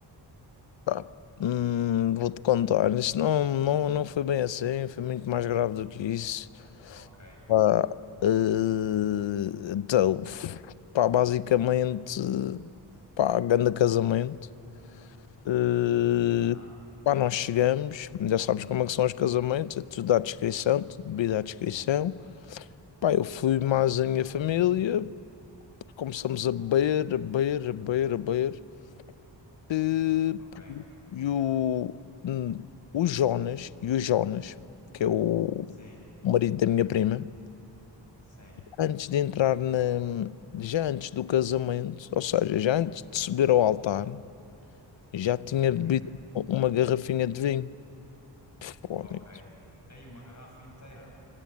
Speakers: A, on the left; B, on the left.
A: Pá, hum, vou-te contar. Isto não, não, não foi bem assim, foi muito mais grave do que isso.
B: Ok,
A: Pá, eh, então, pá, basicamente, pá, grande casamento. Eh,
B: aham,
A: pá, nós chegamos, já sabes como é que são os casamentos, é tudo à descrição, tudo bebido à descrição. Pá, eu fui mais a minha família, começamos a beber, a beber, a beber, a beber. Eh,
B: ok,
A: pá, e o, hum, o Jonas, e o Jonas, que é o
B: sim,
A: marido da minha prima,
B: sim,
A: antes de entrar na, já antes do casamento, ou seja, já antes de subir ao altar, já tinha bebido
B: uhum,
A: uma garrafinha de vinho. Fónix.
B: ok. Aí uma garrafa inteira,